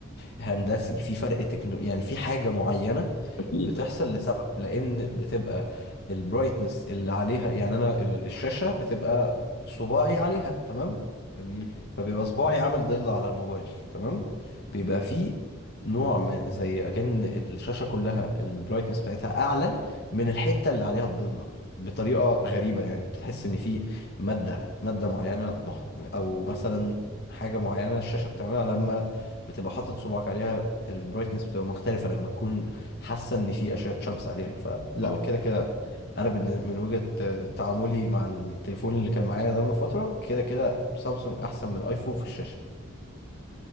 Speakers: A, on the left; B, on the left.
A: هندسي في فرق تكنو يعني في حاجه معينه
B: اكيد
A: بتحصل
B: لا
A: لسبب لان بتبقى البرايتنس اللي عليها يعني انا ال- الشاشه بتبقى صباعي عليها تمام
B: جميل
A: فبيبقى صباعي عامل ضلة على الموبايل تمام بيبقى فيه نوع من زي اكن الشاشة كلها البرايتنس بتاعتها اعلى من الحتة اللي عليها الضلة بطريقة غريبة يعني تحس ان في مادة مادة معينة مح... او مثلا حاجة معينة الشاشة بتعملها لما بتبقى حاطط صباعك عليها البرايتنس بتبقى مختلفة لما تكون حاسة ان في اشعة شمس عليها فلا
B: اه
A: كده كده انا بالن- من وجهة آه، تعاملي مع التليفون اللي كان معايا ده من فترة كده كده سامسونج احسن من ايفون في الشاشه